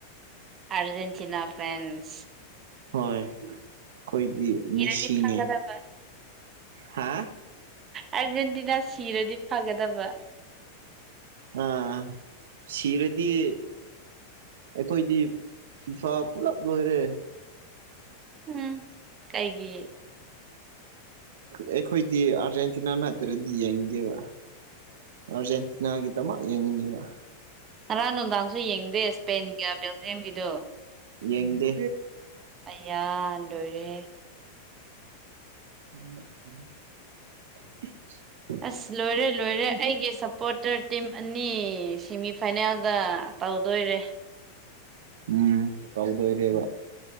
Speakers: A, on the right; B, on the right.
A: ꯑꯔꯖꯦꯟꯇꯤꯅꯥ ꯐꯦꯟꯁ
B: ꯍꯣꯏ ꯑꯩꯈꯣꯏꯗꯤ
A: ꯁꯤꯔꯗꯤ
B: ꯃꯦꯁꯤꯅꯦ
A: ꯐꯒꯗꯕ
B: ꯍꯥ
A: ꯑꯥꯔꯖꯦꯟꯇꯤꯅꯥ ꯁꯤꯔꯗꯤ ꯐꯥꯒꯗꯕ
B: ꯑꯥ ꯁꯤꯔꯗꯤ ꯑꯩꯈꯣꯏꯗꯤ ꯐꯤꯐꯥ ꯄꯨꯂꯞ ꯂꯣꯏꯔꯦ
A: ꯎꯝ ꯀꯩꯒꯤ
B: ꯑꯩꯈꯣꯏꯗꯤ ꯑꯥꯔꯖꯦꯟꯇꯤꯅꯥ ꯅꯠꯇ꯭ꯔꯗꯤ ꯌꯦꯡꯗꯦꯕ ꯑꯥꯔꯖꯦꯟꯇꯤꯅꯥꯒꯤ ꯗꯃꯛ ꯌꯦꯡꯅꯤꯡꯉꯦꯕ
A: ꯉꯔꯥꯡ ꯅꯨꯡꯗꯥꯡꯁꯨ ꯌꯦꯡꯗꯦ ꯏꯁꯄꯦꯟꯒ ꯕꯦꯜꯖꯤꯌꯝꯒꯤꯗꯨꯣ
B: ꯌꯦꯡꯗꯦ
A: ꯑꯌꯥ ꯂꯣꯏꯔꯦꯍꯦ
B: <unintelligible>
A: ꯑꯁ ꯂꯣꯏꯔꯦ ꯂꯣꯏꯔꯦ ꯑꯩꯒꯤ ꯁꯞꯄꯣꯔꯇꯔ ꯇꯤꯝ ꯑꯅꯤ ꯁꯦꯃꯤ ꯐꯥꯏꯅꯦꯜ ꯗ ꯇꯧꯗꯣꯏꯔꯦ
B: ꯎꯝ ꯇꯧꯗꯣꯏꯔꯦꯕ